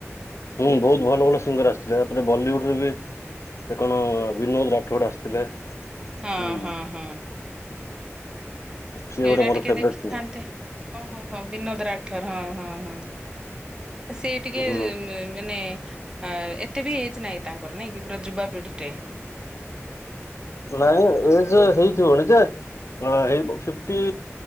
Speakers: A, on the left (about 75°); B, on the right (about 15°).
A: ହୁଁ ବହୁତ ଭଲ ଭଲ ସିଙ୍ଗର ଆସିଥିଲେ ତାପରେ ବଲିଉଡରେ ବି ସେ କଣ ବିନୋଦ ରାଠୋଡ ଆସିଥିଲେ।
B: ହଁ
A: ହୁଁ
B: ହଁ ହଁ।
A: ସିଏ
B: ସେଇଟା
A: ଗୋଟେ ମୋର
B: ଟିକେ
A: ଫେବରେଟ
B: ଦେଖିଥାନ୍ତେ
A: ହୁଁ
B: ଓହୋ ହୋ ବିନୋଦ ରାଠୋର ହଁ ହଁ ହଁ। ସେଇ
A: ହୁଁ
B: ଟିକେ ମାନେ ଆ ଏତେ ବି ଏଜ୍ ନହିଁ ତାଙ୍କର ନାଇଁ କି ପୁରା ଯୁବାପିଢି ଟେ।
A: ନାଇଁ ଏଜ ହେଇଥିବଣୀ ଯେ ଅ ଫିଫ୍ଟୀ